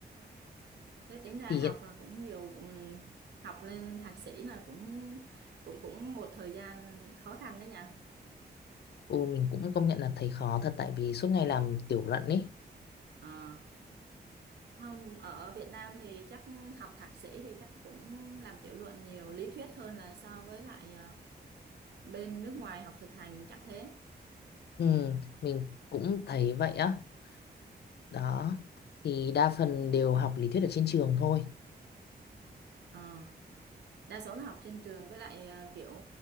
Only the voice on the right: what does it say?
thế tính ra
học
là cũng nhiều ừm, học lên thạc sĩ là cũng cũng cũng một thời gian khó khăn đấy nha
Ờ, không ở Việt Nam thì chắc học thạc sĩ thì chắc cũng làm tiểu luận nhiều lý thuyết hơn là so với lại ờ, bên nước ngoài học thực hành chắc thế
Ờ, đa số là học trên trường với lại ờ, kiểu